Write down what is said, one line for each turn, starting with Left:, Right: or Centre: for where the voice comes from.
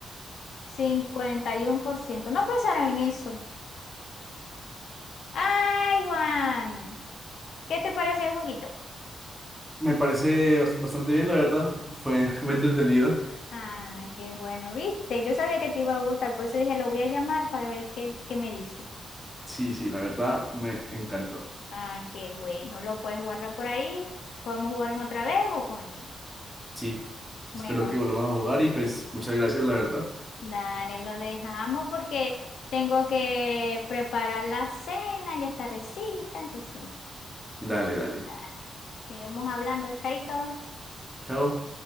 Left: 51%. No pensaron en eso. Ay, Juan. ¿Qué te parece el jueguito?
Centre: Me parece bas- bastante bien, la verdad. Fue, <laughs> fue entretenido.
Left: Ah, qué bueno, viste. Yo sabía que te iba a gustar, por eso dije, lo voy a llamar para ver qué, qué me dice.
Centre: Sí, sí, la verdad me encantó.
Left: Ah, qué bueno. Lo puedes guardar por ahí. Podemos jugar en otra vez o con alguien.
Centre: Sí,
Left: Bueno,
Centre: espero que volvamos a jugar y pues muchas gracias, la verdad.
Left: dale, lo dejamos porque tengo que preparar la cena, ya está recita, entonces,
Centre: Dale, dale.
Left: dale. Seguimos hablando, chaito.
Centre: Chao.